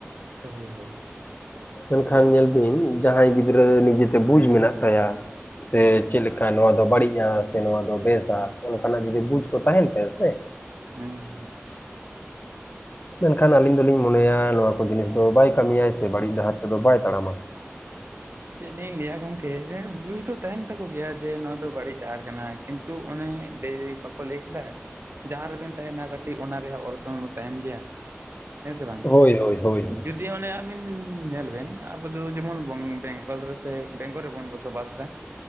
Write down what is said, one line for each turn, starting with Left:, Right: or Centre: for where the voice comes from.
Right: ᱦᱳᱭ, ᱦᱳᱭ ᱾
Left: ᱢᱮᱱᱠᱷᱟᱱ ᱧᱮᱞ ᱵᱤᱱ ᱡᱟᱦᱟᱸᱭ ᱜᱤᱫᱽᱨᱟᱹ ᱱᱤᱡᱮᱛᱮ ᱵᱩᱡ ᱢᱮᱱᱟᱜ ᱛᱟᱭᱟ, ᱥᱮ ᱪᱮᱜᱞᱮᱠᱟ ᱱᱚᱣᱟ ᱫᱚ ᱵᱟᱹᱲᱤᱡᱼᱟ ᱥᱮ ᱱᱚᱣᱟ ᱫᱚ ᱵᱮᱥᱟ ᱚᱝᱠᱟᱱᱟᱜ ᱡᱩᱫᱤ ᱵᱩᱡᱽ ᱠᱚ ᱛᱟᱦᱮᱱ ᱛᱟᱭᱟ ᱥᱮ ᱾
Right: ᱦᱩᱸ ᱾
Left: ᱢᱮᱱᱠᱷᱟᱱ ᱟᱹᱞᱤᱧ ᱫᱚᱞᱤᱧ ᱢᱚᱱᱮᱭᱟ ᱱᱚᱣᱟ ᱠᱚ ᱡᱤᱱᱤᱥ ᱫᱚ ᱵᱟᱭ ᱠᱟᱹᱢᱤᱭᱟᱭ ᱥᱮ ᱵᱟᱹᱲᱤᱡ ᱰᱟᱦᱟᱨ ᱛᱮᱫᱚ ᱵᱟᱭ ᱛᱟᱲᱟᱢᱟ᱾
Right: ᱪᱮᱫ ᱞᱤᱧ ᱞᱮᱭᱟ ᱜᱚᱝᱠᱮ, ᱦᱮᱸ ᱵᱩᱥ ᱫᱚ ᱛᱟᱦᱮᱱ ᱛᱟᱠᱚ ᱜᱮᱭᱟ ᱡᱮ ᱱᱚᱣᱟ ᱫᱚ ᱵᱟᱹᱲᱤᱡ ᱰᱟᱦᱟᱨ ᱠᱟᱱᱟ ᱾ ᱠᱤᱱᱛᱩ ᱚᱱᱮ ᱞᱮᱭ ᱵᱟᱠᱚ ᱞᱮᱭ ᱠᱮᱫᱟ, ᱡᱟᱦᱟᱸ ᱨᱮᱵᱮᱱ ᱛᱟᱦᱮᱱᱟ ᱠᱟᱹᱴᱤᱡ ᱚᱱᱟ ᱨᱮᱭᱟᱜ ᱚᱨᱥᱚᱝ ᱫᱚ ᱛᱟᱦᱮᱱ ᱜᱮᱭᱟ᱾ ᱦᱮᱸ ᱥᱮ ᱵᱟᱝ!
Left: ᱦᱳᱭ, ᱦᱳᱭ, ᱦᱳᱭ,
Right: ᱡᱩᱫ ᱫᱤ ᱚᱱᱮ ᱟᱵᱤᱱ ᱧᱮᱞ ᱵᱮᱱ ᱟᱵᱚ ᱫᱚ ᱡᱮᱢᱚᱱ ᱵᱚᱝ ᱵᱮᱝ ᱜᱚᱞ ᱨᱮᱥᱮ ᱵᱮᱝᱜᱚᱞ ᱨᱮᱵᱚᱱ ᱵᱚᱥᱚᱵᱟᱥ ᱫᱟ,